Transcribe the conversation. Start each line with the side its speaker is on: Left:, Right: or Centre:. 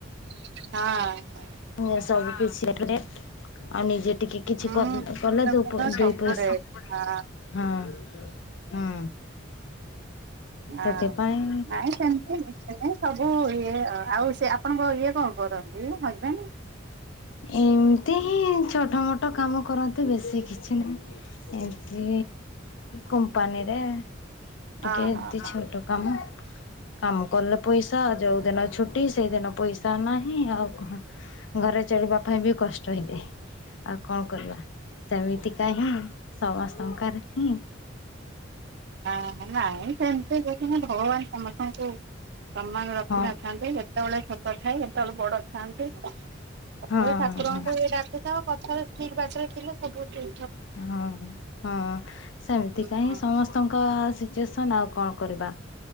Right: ହଁ।
Left: ଏ ସବୁ କିଛି <unintelligible> ଆଉ ନିଜେ ଟିକେ କିଛି
Right: ହୁଁ
Left: କ କଲେ
Right: ଭିନ୍ନ
Left: ଦୋ
Right: ଭିନ୍ନ
Left: ପ ଦୁଇ
Right: ସବୁରେ
Left: ପଇସି
Right: ହଁ
Left: ହଁ ହଁ। ସେଥିପାଇଁ
Right: ଆ ହଁ ନାଇଁ ସେମତି ଏନେ ସବୁ ଇଏ ଅ ଆଉ ସେ ଆପଣଙ୍କ ଇଏ କଁ କରନ୍ତି ହଜବେନ୍?
Left: ଏମତି ହିଁ ଛୋଟ ମୋଟ କାମ କରନ୍ତି ବେଶୀ କିଛି ନାଇଁ। ଏମତି କମ୍ପାନୀରେ ଟିକେ
Right: ଅହ
Left: ଏତି
Right: ହ
Left: ଛୋଟ କାମ କାମ କଲେ ପଇସା ଯୋଉ ଦିନ ଛୁଟି ସେଇ ଦିନ ପଇସା ନାହିଁ ଆଉ କଣ। ଘରେ ଚଳିବା ପାଇଁ ବି କଷ୍ଟ ହେଇଯାଏ ଆଉ କଣ କରିବା ସେମିତିକା ହିଁ ସମସ୍ତଙ୍କର ହିଁ
Right: ଆ ନାଇଁ ସେମତି କିଛିନା ଭଗବାନ ସମସ୍ତଙ୍କୁ ସମାନ ରଖିନଥାନ୍ତି
Left: ହଁ
Right: କେତୋଳେ ଛୋଟ ଥାଏ କେତୋଳେ ବଡ଼ ଥାଆନ୍ତି। ସବୁବେଳେ
Left: ହଁ
Right: ଠାକୁରଙ୍କୁ
Left: ହଁ
Right: ହିଁ ଡାକୁଥାଅ ପଛରେ ଠିକ୍ ବାଟରେ ଥିଲେ ସବୁଠୁ
Left: ହଁ ହଁ ସେମତିକା
Right: ଆଉ।
Left: ହିଁ ସମସ୍ ତଙ୍କ ସିଚୁଏସନ୍ ଆଉ କଣ କରିବା?